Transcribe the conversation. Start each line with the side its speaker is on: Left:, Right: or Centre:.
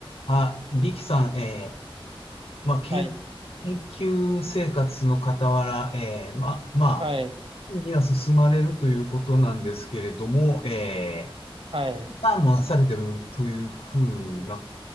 Left: あ、リキさん、えー、まあ、研、
Right: はい、
Left: 研究生活の傍ら、えー、まあ、まあ、
Right: はい、
Left: には進まれるということなんですけれども、えー、
Right: はい、
Left: インターンもなされてるというふうな